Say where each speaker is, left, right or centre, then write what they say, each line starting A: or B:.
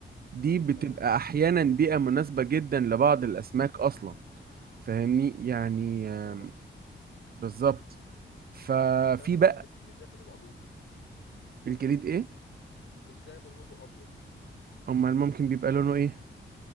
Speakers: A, on the right (about 50°); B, on the left (about 70°).
A: دي بتبقى
B: اه
A: احيانا بيئة مناسبة جدا لبعض الاسماك اصلا فاهمني يعني آم،
B: طبعا
A: بالظبط ففي
B: تعرف ان
A: بقى
B: الجليد مش دايما لونه ابيض
A: الجليد ايه
B: مش دايما لونه ابيض
A: امال ممكن بيبقى لونه ايه